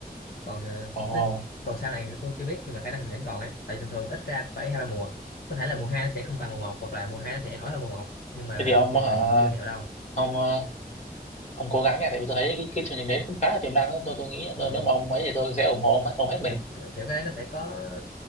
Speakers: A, on the left (about 70°); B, on the left (about 45°).
A: còn ờ,
B: Ồ,
A: tới, còn sau này tôi chưa biết nhưng mà khả năng vẫn còn ấy tại thường thường ít ra phải hai ba mùa có thể là mùa hai nó sẽ không bằng mùa một hoặc là mùa hai nó sẽ nổi hơn mùa một nhưng mà
B: thế thì ông
A: một mùa
B: hả?
A: thì chưa hẹo đâu
B: Ông ờ, ông cố gắng nha tại vì tôi thấy cái, cái chương trình đấy cũng khá là tiềm năng á. tôi tôi nghĩ tôi
A: Ờ,
B: nếu mà ông ấy thì tôi sẽ ủng hộ ông, hết- ông hết mình
A: kiểu, kiểu kiểu cái đấy nó sẽ có